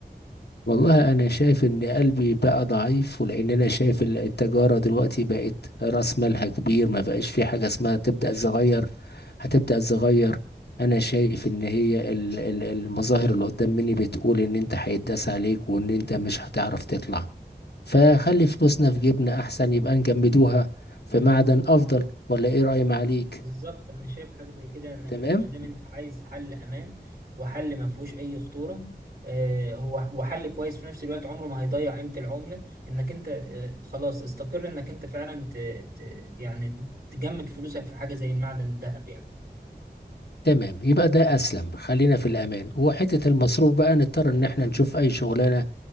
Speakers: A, on the left; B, on the right.
A: والله أنا شايف إن قلبي بقى ضعيف ولأن أنا شايف ال- التجارة دلوقتي بقت رأس مالها كبير ما بقاش في حاجة اسمها تبدأ صغير هتبدأ صغير أنا شايف إن هي ال- ال- المظاهر اللي قدام مني بتقول إن أنت هيتداس عليك وإن أنت مش هتعرف تطلع فخلي فلوسنا في جيبنا أحسن يبقى نجمدوها في معدن أفضل ولا إيه رأي معاليك
B: بالظبط انا شايف حاجه زي كده انك
A: تمام؟
B: انت ما دام انت عايز حل امان وحل ما فيهوش اي خطوره آه، هو وحل كويس في نفس الوقت عمره ما هيضيع قيمه العمله انك انت آه، خلاص استقر انك انت فعلا ت... ت... يعني تجمد فلوسك في حاجه زي المعدن الذهب يعني
A: تمام يبقى ده أسلم خلينا في الأمان وحتة المصروف بقى نضطر إن احنا نشوف أي شغلانة